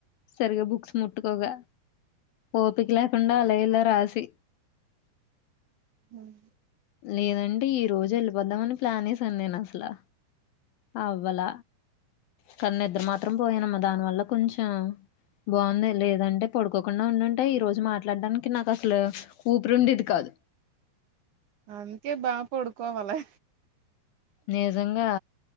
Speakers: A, on the left; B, on the right.
A: సరిగ్గా బుక్స్ ముట్టుకోగా ఓపిక లేకుండా అల ఇలా రాశి
B: ఉమ్
A: లేదంటే ఈ రోజు వెళ్ళిపోద్దామని ప్లాన్ వేసాను నేను అసలా అవ్వాల కానీ నిద్ర మాత్రం పోయానమ్మా దానివల్ల కొంచెం బాగున్నాయి లేదంటే పడుకో కాకుండా ఉండుంటే ఈ రోజు మాట్లాడడానికి నాకు అసలు ఊపిరి ఉండేది కాదు
B: అందుకే బాగా పడుకోవాలి
A: నిజంగా